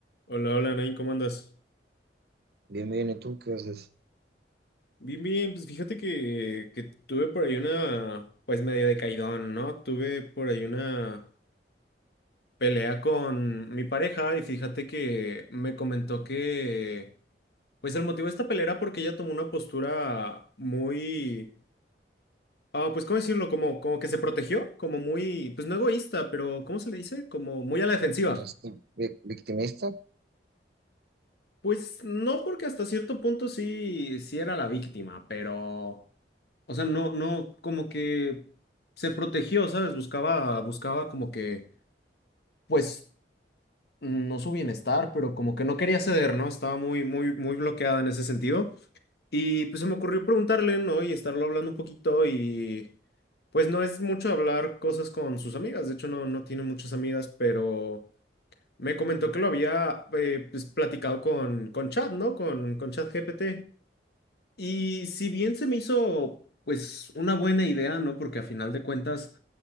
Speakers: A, on the left; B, on the right.
A: Hola, hola, Nain, ¿cómo andas?
B: Bien, bien, ¿y tú qué haces?
A: Bien, bien, pues fíjate que, que tuve por ahí una, pues medio de ¿no? Tuve por ahí una pelea con mi pareja y fíjate que me comentó que, pues el motivo de esta pelea era porque ella tomó una postura muy, ah, pues ¿cómo decirlo? Como, como que se protegió, como muy, pues no egoísta, pero ¿cómo se le dice? Como muy a la defensiva.
B: Este, vi- victimista,
A: Pues no, porque hasta cierto punto sí, sí era la víctima, pero... O sea, no, no, como que se protegió, ¿sabes? Buscaba, buscaba como que, pues, no su bienestar, pero como que no quería ceder, ¿no? Estaba muy, muy, muy bloqueada en ese sentido. Y pues se me ocurrió preguntarle, ¿no? Y estarlo hablando un poquito y, pues, no es mucho hablar cosas con sus amigas. De hecho, no, no tiene muchas amigas, pero me comentó que lo había, eh, pues, platicado con, con Chat, ¿no? Con, con ChatGPT. Y si bien se me hizo, pues, una buena idea, ¿no? Porque a final de cuentas,